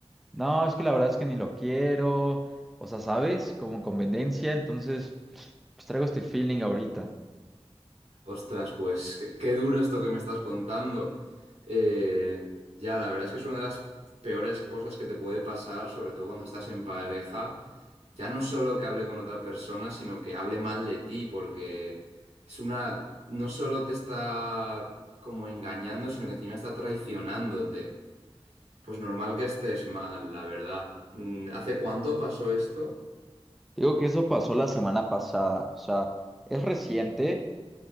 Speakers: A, in the centre; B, on the right.
A: no, es que la verdad es que ni lo quiero. O sea, ¿sabes? Como conveniencia. Entonces, pues traigo este feeling ahorita.
B: Ostras, pues qué, qué duro esto que me estás contando. Eh, ya, la verdad es que es una de las peores cosas que te puede pasar, sobre todo cuando estás en pareja. Ya no solo que hable con otra persona, sino que hable mal de ti, porque es una... No solo te está como engañando, sino que encima está traicionándote. Pues normal que estés mal, la verdad. Mm, ¿Hace cuánto pasó esto?
A: Digo que eso pasó la semana pasada. O sea, es reciente.